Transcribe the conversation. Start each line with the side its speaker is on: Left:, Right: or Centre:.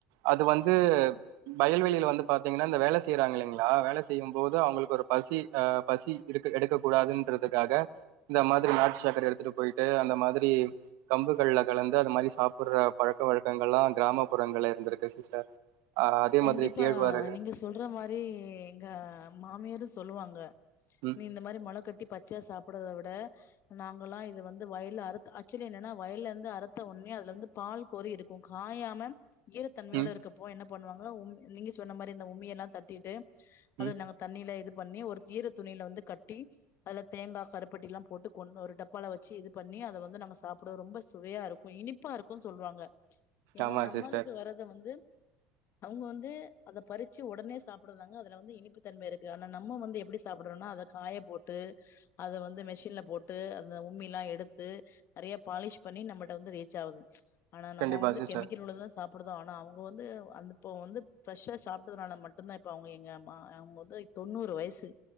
Right: அது வந்து வயல்வெளில வந்து பாத்திங்கனா இந்த வேல செய்றாங்க இல்லைங்ளா வேல செய்யும் போது அவுங்களுக்கு ஒரு பசி அ பசி எடுக் எடுக்க கூடாதுன்றதுக்காக இந்த மாதிரி நாட்டு சக்கரை எடுத்துட்டு போயிட்டு அந்த மாதிரி கம்புகள்ல கலந்து அந்த மாரி சாப்படுற பழக்க வழக்கங்கள்லா கிராமப்புறங்கள்ல இருந்திருக்கு சிஸ்டர் ஆ அதே
Left: கண்டிப்பா
Right: மாதிரி கேழ்வரகு
Left: நீங்க சொல்ற மாரி எங்க மாமியாரு சொல்லுவாங்க
Right: ம்
Left: நீ இந்த மாரி மொள கட்டி பச் சையா சாப்படறத விட நாங்கல்லா இது வந்து வயல்ல அறுத் ஆக்சுவ்லி என்னனா வயல்ல இருந்து அறுத்த உடனியே அது ல வந்து பால் கோரி இருக்கு காயாம ஈரத்தன்மையோட
Right: ம்
Left: இருக்கப்போ என்ன பண்ணுவாங்கலா உ நீங்க சொன்ன மாரி அந்த உமியெல்லா தட்டிட்டு அது
Right: ம்
Left: நம்ம தண்ணியில இது பண்ணி ஒரு ஈரத்துணில வந்து கட்டி அதுல தேங்கா கருப்பட்டில்லா போட்டு கொண் ஒரு டப் ஒல வச்சு இது பண்ணி அத வந்து நாங்க சாப்புடுவோ ரொம்ப சுவையா இருக்கு இனிப்பா இருக்குனு சொல்லுவாங்க ஏன்னா
Right: ஆமா
Left: நம்மளுக்கு
Right: சிஸ்டர்
Left: வறது வந்து அவங்க வந்து அத பறிச்சு ஒடனே சாப்பிடுறாங்க அதுல வந்து இனிப்பு தன்மை இருக்கு ஆனா நம்ம வந்து எப்டி சாப்பிடுறோம்னா அத காய போட்டு அத வந்து மெஷின்ல போட்டு அந்த உம்மி எல்லா எடுத்து நறைய பாலிஷ் பண்ணி நம்மள்ட்ட வந்து ரீச் ஆவுது ஆனா நம்ம
Right: கண்டிப்பா
Left: வந்து
Right: சிஸ்டர்
Left: கெமிக்கல் உள்ளததா சா சாப்பிடுதோ ஆனா அவங்க வந்து அந்த இப்போ வந்து ஃப்ரெஷ்ஷா சாப்பிட்டதுனால மட்டுந்தா இப்ப அவங்க எங்க மா அவங்க வந்து தொண்ணூறு வயசு